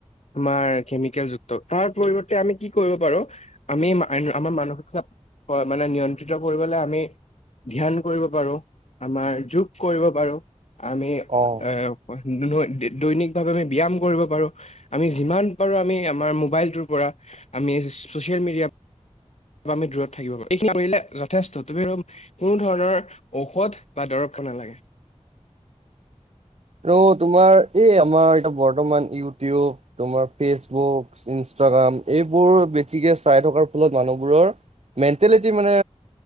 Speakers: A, on the left; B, on the right.
A: আমাৰ কেমিকেল যুক্ত তাৰ পৰিৱৰ্তে আমি কি কৰিব পাৰো। আমি আমাৰ মানসিক চাপ মানে নিয়ন্ত্ৰিত কৰিবলৈ আমি। ধ্যান কৰিব পাৰো, আমাৰ যোগ কৰিব পাৰো। আমি
B: অ'।
A: এ দুনৈ দৈনিক ভাৱে আমি ব্যায়াম কৰিব পাৰো। আমি যিমান পাৰো আমি আমাৰ মোবাইলটোৰ পৰা আমি চচিয়েল মিডিয়া আমি দূৰত থাকিব পাৰো। এইখিনি কৰিলে যথেষ্ট তুমি আৰু কোনো ধৰণৰ ঔষধ বা দৰব খাব নালাগে।
B: আৰু তোমাৰ এই আমাৰ এতিয়া বৰ্তমান ইউটিউব তোমাৰ ফেচবুক, ইনষ্টাগ্ৰাম এইবোৰ বেছিকে চাই থকাৰ ফলত মানুহবোৰৰ মেণ্টেলিটি মানে